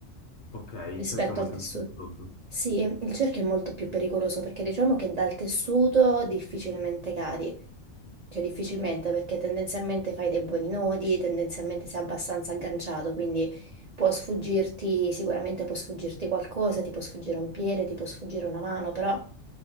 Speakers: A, on the left; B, on the right.
A: Ok, il
B: rispetto
A: cerchio è molto
B: al tessuto.
A: pericoloso.
B: Sì, il cerchio è molto più pericoloso perché diciamo che dal tessuto difficilmente cadi, cioè difficilmente perché tendenzialmente fai dei buoni nodi, tendenzialmente sei abbastanza agganciato, quindi può sfuggirti, sicuramente può sfuggirti qualcosa, ti può sfuggire un piede, ti può sfuggire una mano, però